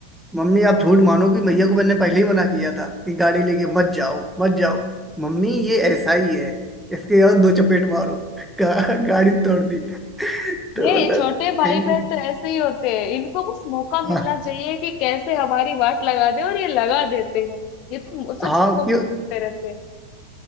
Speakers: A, in the centre; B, on the left (about 40°).
A: मम्मी आप झूठ मानोगी भैया को मैंने पहले ही मना किया था कि गाड़ी लेके मत जाओ मत जाओ मम्मी ये ऐसा ही है इसके और दो चपेट मारो गा, गाड़ी तोड़ दी <laughs> तो
B: ये
A: मतलब
B: छोटे भाई
A: कहीं-
B: बहन तो ऐसे ही होते हैं इनको बस मौका मिलना
A: हाँ
B: चाहिए कि कैसे हमारी वाट लगा दे और ये लगा देते हैं ये तो
A: हाँ,
B: सच में मौका
A: क्यों
B: ढूंढते रहते हैं